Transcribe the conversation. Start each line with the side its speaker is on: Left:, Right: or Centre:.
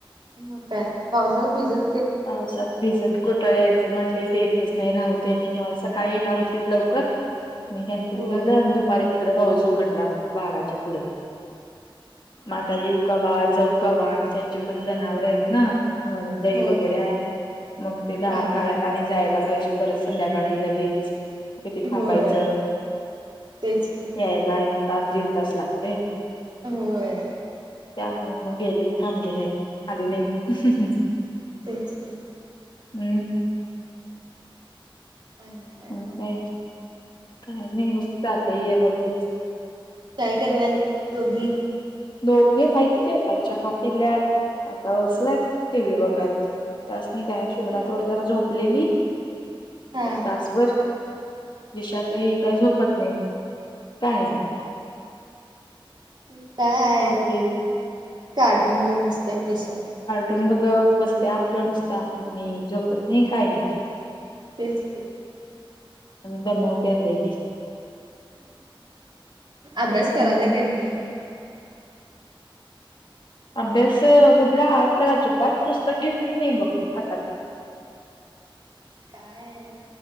Right: मग काय पावसात भिजल
Left: पावसात भिजत कुठं यायचं म्हटले तेे च नाही रा होते आणि सकाळी येणार होती लवकर आणि कॅन्सल
Right: होय
Left: झालं आणि दु पारी तिकड पाऊस उघडला म्हणज बाराच्या पुढं म आता येऊ का वा जाऊ. गवा्हा आणि त्यांची पण जनावर आहेत ना म दै
Right: होय
Left: व वगैरे
Right: होय
Left: आहे मग ते धार
Right: हा
Left: काढायला
Right: हा
Left: आणि जायला पाहिजे परत संध्याकाळी लगेच. किती थांबायचं
Right: होय तेच की.
Left: यायला एक तास, दीड तास लागते.
Right: होय.
Left: त्यामुळे मग थांबले नाही आली नाही.
Right: तेच क
Left: हम्म
Right: आणि
Left: म
Right: मग
Left: काय काय नाही चाललं आहे रोजचच.
Right: काय करायलात दोघी?
Left: दोघे आहेत के आता चहा पिल्यात आता बसल्यत टीव्ही बघत. तासनी काय शुभ्र
Right: हा
Left: तेवढ जरा झोपलेली
Right: हा
Left: तासभर. दिशा काही काय झोपत नाही काय नाही.
Right: त काय
Left: थोरली
Right: आहे कार्टून बघत बसतेय दिशा.
Left: तून बघत बसते आपलं नुसत आणि झोपत नाही काय नाही.
Right: तेच
Left: दमावतीय लई
Right: अभ्यास कराला
Left: हम्म.
Right: क नाही?
Left: अभ्यास कुठला आ तर अजिबात पुस्तक घेतले नाही बघ हातात.
Right: काय?